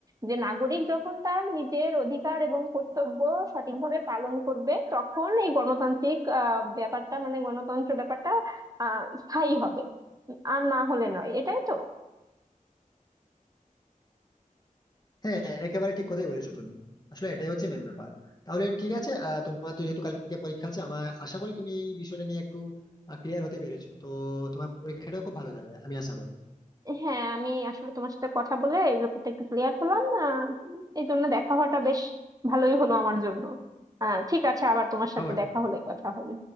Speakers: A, on the right; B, on the left.
A: যে নাগরিক যখন তার নিজের অধিকার এবং কর্তব্য সঠিকভাবে পালন করবে তখন এই গণতান্ত্রিক আহ ব্যাপারটা মানে গণতন্ত্র ব্যাপারটা আহ স্থায়ী হবে আর না হলে নয় এটাই তো
B: হ্যাঁ একেবারে ঠিক কথাই বলেছো তুমি আসলে এটাই হচ্ছে মেন ব্যাপার তাহলে ঠিক আছে আহ, তোমার তো যেহেতু কালকে পরীক্ষা আছে আমার আশা করি তুমি এই বিষয়টা নিয়ে একটু ক্লিয়ার হতে পেরেছো তো তোমার পরীক্ষাটাও খুব ভালো যাবে আমি আশা করি
A: হ্যাঁ আমি আসলে তোমার সাথে কথা বলে এই ব্যাপারটা একটু ক্লিয়ার হলাম আহ, এই জন্য দেখা হওয়াটা বেশ ভালোই হলো আমার জন্য আহ ঠিক আছে আবার তোমার সাথে
B: অবশ্যই
A: দেখা হলে কথা হবে